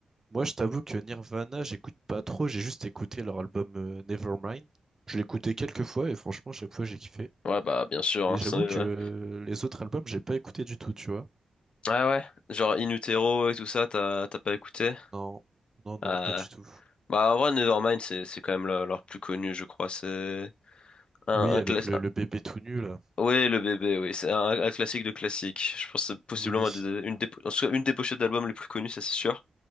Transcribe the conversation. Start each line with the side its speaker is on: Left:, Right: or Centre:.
Right: Moi je t'avoue que Nirvana, j'écoute pas trop, j'ai juste écouté leur album euh, Nevermind. Je l'ai écouté quelques fois et franchement, chaque fois j'ai kiffé.
Left: Ouais, bah bien sûr.
Right: Mais
Left: Hein,
Right: j'avoue
Left: c'est- ouais,
Right: que euh, les autres albums, j'ai pas écouté du tout, tu vois.
Left: ouais. ouais. Genre In Utero et tout ça, t'as t'as pas écouté?
Right: Non, non, non,
Left: Euh,
Right: pas du tout.
Left: bah en vrai, Nevermind, c'est c'est quand même leur, leur plus connu, je crois. C'est Un,
Right: Oui,
Left: un
Right: avec
Left: classique.
Right: le, le bébé tout nu là.
Left: Oui, le bébé, oui. C'est un, un classique de classique. Je pense que c'est possiblement
Right: Oui,
Left: un des- une des, en tout cas, une des pochettes d'albums les plus connues, ça c'est sûr.